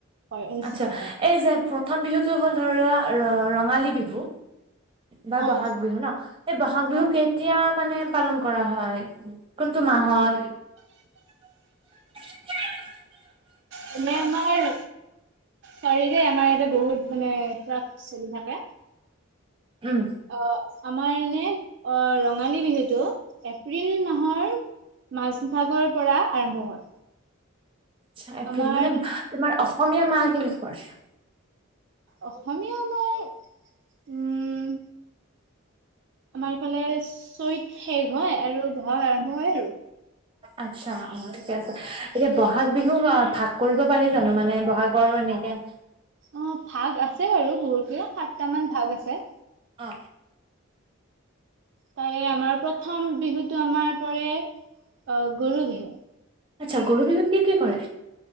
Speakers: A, on the right (about 55°); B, on the right (about 25°).
A: হয় অনুষ্ঠিত
B: আচ্ছা!
A: হয়
B: এই যে প্ৰথম বিহুটো হ'ল ধৰা ৰঙালী বিহু। বা বহাগ
A: অ
B: বিহু ন' এই বহাগ বিহু
A: অ
B: কেতিয়া মানে হে পালন কৰা হয়। কোনটো মাহত <unintelligible>
A: মানে আমাৰ চাৰীৰে আমাৰ বহুত মানে ট্ৰাক চলি থাকে।
B: উম
A: অ'! আমাৰ এনে অ' ৰঙালী বিহুতো এপ্ৰিল মাহৰ মাজভাগৰ পৰা আৰম্ভ হয়।
B: আচ্ছা এপ্ৰিল
A: আমাৰ
B: মানে তোমাৰ অসমীয়া মাহ <unintelligible>
A: অসমীয়া আমাৰ উম, আমাৰ ইফালে চ'ত শেষ হয় আৰু বহাগ আৰম্ভ হয় আৰু।
B: আচ্ছা! অ' ঠিকে আছে। এতিয়া ব'হাগ বিহু অ' ভা কৰিব পাৰি জানো মানে, ব'হাগৰ এনেকে
A: অ' ভাগ আছে আৰু বহুতকে সাতটামান ভাগ আছে।
B: অ
A: তাৰে আমাৰ প্ৰথম বিহুতটো আমাৰ পৰে অ গৰু বিহু।
B: আচ্ছা গৰু বিহুত কি কি কৰে?